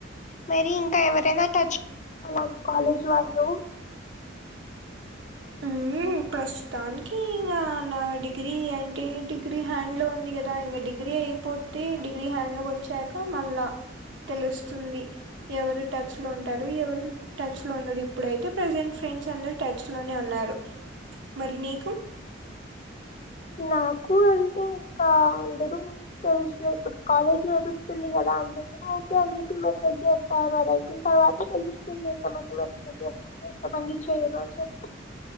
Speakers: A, on the left; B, on the right.
A: మరి ఇంకా ఎవరైనా టచ్ <unintelligible> కాలేజ్ వాళ్ళు
B: ఉమ్ ప్రస్తుతానికి ఇంకా నా డిగ్రీ అంటే డిగ్రీ హ్యాండ్ లో ఉంది కదా ఇంకా డిగ్రీ అయిపోతే డిగ్రీ హ్యాండ్ లోకి వచ్చాక మళ్ళా తెలుస్తుంది ఎవరు టచ్ లో ఉంటారు ఎవరు టచ్ లో ఉండరు ఇప్పుడైతే ప్రసెంట్ ఫ్రె ఫ్రెండ్స్ అందరు టచ్ లోనే ఉన్నారు మరి నీకు
A: నాకు అంటే ఇంకా అందరూ తెలిసిన ఇప్పుడు కాలేజీ నడుస్తుంది అందురు ఓకే అని చెప్పి మెసేజ్ చేస్తారు అది అయిపోన తర్వాత తెలుస్తుంది ఇంత మంది మెసేజ్ ఎంత మంది చేయరు అని చెప్పి